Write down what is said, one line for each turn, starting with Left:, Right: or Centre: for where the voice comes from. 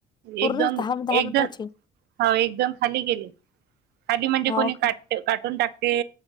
Left: पूर्ण
Right: एकदम
Left: दहा दहा
Right: एकजण.
Left: मिनिटाचे
Right: हो. एकदम खाली गेले. खाली म्हणजे
Left: हाव
Right: कोणी?
Left: का?
Right: काट काटून टाकते.